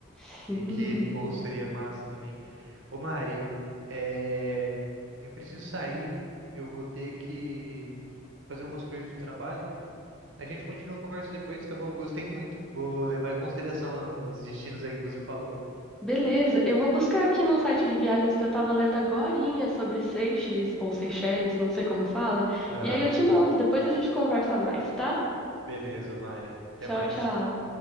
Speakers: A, in the centre; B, on the right (about 65°).
A: Sim.
B: E que, pô, seria massa também. Ô Mari, é, eu preciso sair, eu vou ter que fazer umas coisas do trabalho. A gente continua a conversa depois, tá bom? Eu gostei muito. Vou levar em consideração os destinos aí que você falou.
A: Beleza, eu vou buscar aqui num site de viagens que eu tava lendo agorinha sobre Seychelles, ou Seychelles, não sei como fala,
B: Aham,
A: e aí eu te mando, depois a gente conversa mais, tá?
B: beleza, Mari. Até
A: Tchau,
B: mais.
A: tchau.
B: Tchau.